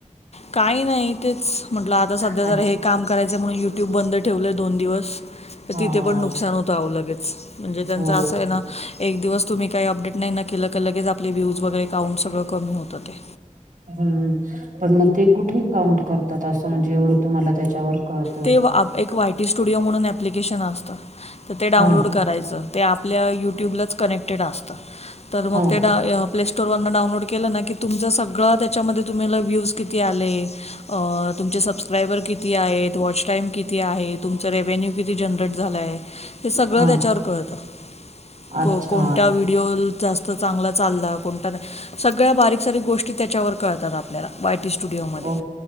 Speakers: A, on the left; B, on the right.
A: काही नाही तेच म्हटलं आता सध्या
B: आ
A: जरा हे काम करायचं म्हणून. ट्यूब बंद ठेवलंय दोन दिवस तर
B: हा
A: तिथे पण नुकसान होतं आवं लगेच. म्हणजे त्यांच
B: हो
A: असं आहे ना? एक दिवस तुम्ही काही अपडेट नाही ना केलं का लगेच आपले व्ह्यूज वगैरे काउंट सगळं कमी होतं ते
B: हम् पण मग ते कुठे काउंट करतात? अस म्हणजे म्हणजे एवढं तुम्हाला त्याच्यावर? कळतं
A: ते एक वायटी स्टुडिओ म्हणून एप्लीकेशन असतं तर ते डाउनलोड
B: हा
A: करायचं. ते आपल्या यूट्यूबलाच कनेक्टेड असतं तर मग
B: हा
A: ते. स्टोर डाउनलोड केलं ना की तुमच सगळं त्याच्यामध्ये तुम्हाला लगेज किती आले अ तुमचे सबस्क्रायबर किती आहेत? वॉच टाइम किती आहे, तुमचं रेव्न्यू किती जनरेट झालाय? ते सगळं
B: हा
A: त्याच्यावर कळत. कोण
B: अच्छा
A: कोणत्या व्हिडिओला जास्त तो चांगला चालला, कोणता नाही. सगळ्या बारीक सारीक गोष्टी त्याच्यावर कळतात आपल्याला वाय टी स्टु स्टुडिओमध्ये,
B: ओ